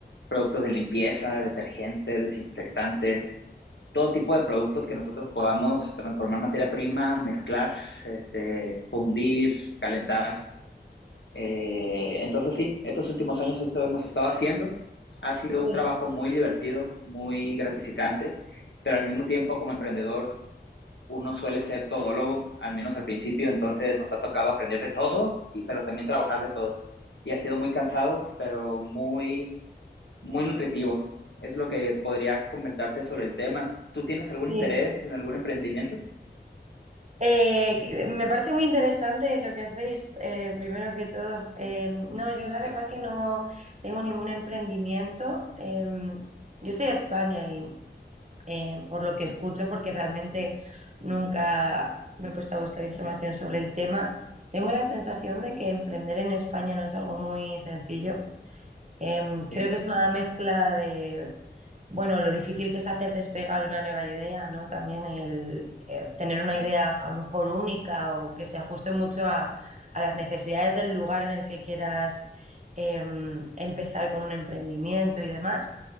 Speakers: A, on the left (about 80°); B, on the right (about 40°).
A: productos de limpieza, detergentes, desinfectantes, todo tipo de productos que nosotros podamos transformar materia prima, mezclar, este, fundir, calentar. Eh, entonces sí, estos últimos años eso hemos estado haciendo. Ha sido
B: Sí,
A: un trabajo muy divertido, muy gratificante, pero al mismo tiempo como emprendedor uno suele ser todólogo, al menos al principio, entonces nos ha tocado aprender de todo, y, pero también trabajar de todo. Y ha sido muy cansado, pero muy muy nutritivo. Es lo que podría comentarte sobre el tema. ¿Tú tienes algún
B: sí.
A: interés en algún emprendimiento?
B: Eh, que- me parece muy interesante lo que hacéis, eh, primero que todo. Eh, no, yo la verdad
A: Gracias.
B: que no tengo ningún emprendimiento. Eh, yo soy de España y eh, por lo que
A: Ah,
B: escucho, porque realmente nunca me he puesto a buscar información sobre el tema, tengo la sensación de que emprender en España no es algo muy sencillo. Em,
A: ok.
B: creo que es una mezcla de, bueno, lo difícil que es hacer despegar una nueva idea, ¿no? También el eh, tener una
A: Ah,
B: idea a lo mejor única o que se ajuste mucho a, a las necesidades del lugar en el que quieras em, empezar con un emprendimiento y demás.